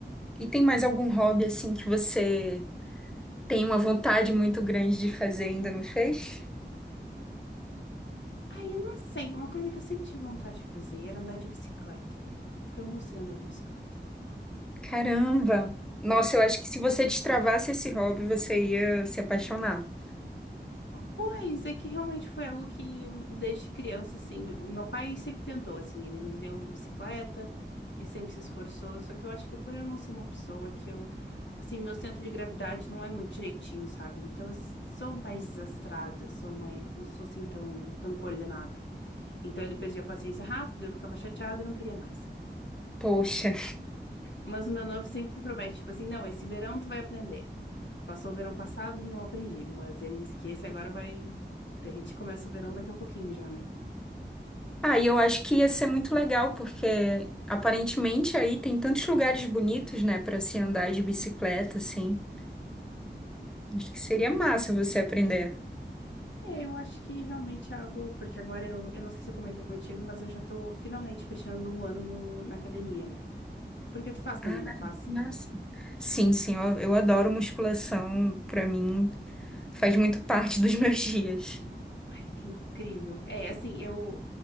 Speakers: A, in the centre; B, on the left.
A: E tem mais algum hobby assim que você tem uma vontade muito grande de fazer e ainda não fez?
B: Ah, eu não sei. Uma coisa que eu sempre tive vontade de fazer era andar de bicicleta, porque eu não sei andar de bicicleta.
A: Caramba! Nossa,
B: É.
A: eu acho que se você destravasse esse hobby, você ia se apaixonar.
B: Pois é que realmente foi algo que desde criança assim, o meu pai sempre tentou assim, ele nos deu uma bicicleta e sempre se esforçou, só que eu acho que por eu não ser uma pessoa que eu assim, meu centro de gravidade não é muito direitinho, sabe? Então eu s- sou mais desastrada, sou mais, não sou assim tão tão coordenada. Então ele perdia a paciência rápido, eu ficava chateada, não queria mais.
A: Poxa.
B: Mas o meu noivo sempre promete, tipo assim, não, esse verão tu vai aprender. Passou o verão passado, não aprendi, mas ele disse que esse agora vai. Porque a gente começa o verão daqui a pouquinho já, né?
A: Ah, e eu acho que ia ser muito legal, porque aparentemente aí tem tantos lugares bonitos, né, para se andar de bicicleta, assim. Acho que seria massa você aprender.
B: É, eu acho que realmente é algo. Porque agora eu, eu não sei se eu comentei contigo, mas eu já tô finalmente fechando um ano no, na academia, né? Porque tu faz também,
A: Ah,
B: não faz?
A: nossa. Sim, sim, eu, eu adoro musculação, pra mim faz muito parte dos meus dias.
B: Ai, que incrível. É, assim, eu.